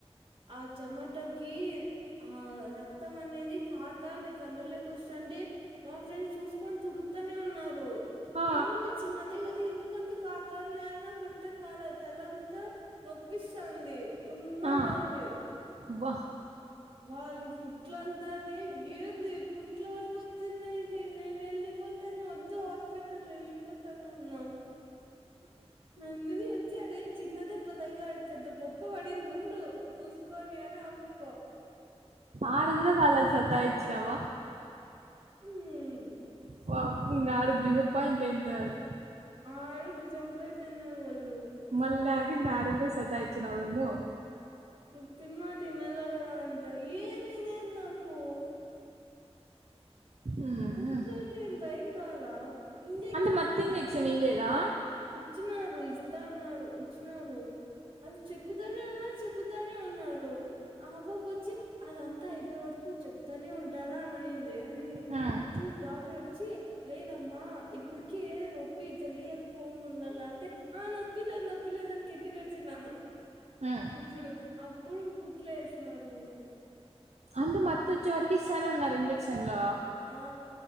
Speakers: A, on the right (about 50°); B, on the right (about 80°).
A: ఆ చెమటక్ కీ ఆ రక్తం అనేది కార్తాంది కండ్లలేకి ఒస్తాంటే మా ఫ్రెండ్ చూసుకొని తుడుతనే ఉన్నారు
B: ఆ
A: ఏముంది చిన్నదే గద్ అది ఎందుకంత కార్తాంది అని నాక్ అర్తం కాలే తలంతా నొప్పిస్తాంది చుమ్మ
B: ఆ
A: అంటాంది
B: బా
A: వాళ్ళు కుట్ ట్లన్ తాంది ఏంది కుట్ల వరకు ఒత్ తింద ఇది నేను ఎళ్ళిపోతాను ఒదు హాస్పిటల్ ఎళ్ళిపోతాను అన్నా మేందిని యత్ వచ్చి అదేం చిన్నదెబ్బ తగిలినాయి అని పెద్ద బొక్క పడింది ఉండు మూసుకొని అని ఆ పాప
B: ఆడ గుడ వాళ్ళని సతాయిచ్చినావా
A: మ్మ్
B: పాప్ము నాలుగ్ డిసప్పాయింట్ అయింటారు
A: అల్ది డిజంపాయిట్ అయినారు వాళ్ళు
B: మల్ల ల్యాకుంటే ఆడ గుడ సతాయిచ్చినావేమో
A: తుప్పిన్ మాట ఇనల్ల గదా అంతా ఏందినే నాకు
B: ఉమ్.
A: కుచ్చోంటే ఏం బై అవును గదా ఇంజక్షన్
B: అంటే మత్తు
A: ఇంత
B: ఇంజెక్షన్
A: వరకు
B: ఇయలేదా
A: ఎప్పు ఇచ్చినా రు ఇస్తా అన్నారు ఇచ్చినారు అది చెక్కుతానే ఉన్నారు చెక్కుతానే ఉన్నారు ఆ పాప ఒచ్చి అదంతా అయిపోయే వరకు చెప్తానే ఉంటారా అని అనింద్ దే ఉంది
B: ఉమ్,
A: చూ డాక్టర్ ఒచ్చి లేదమ్మా ఇప్పుడికి నొప్పి తెలియకోండ ఉండాల అంటే ఆ నొప్పి లేదు నొప్పి లేదని గెట్టిగ అరిచినా ఆహ్
B: ఉమ్.
A: ముఫుడు అప్పుడు కుట్ల వేసినారు ఇంకా
B: అండ మత్ వచ్చే వరకు ఇస్తానే ఉన్నారు ఇక్షన్ లో
A: ఆ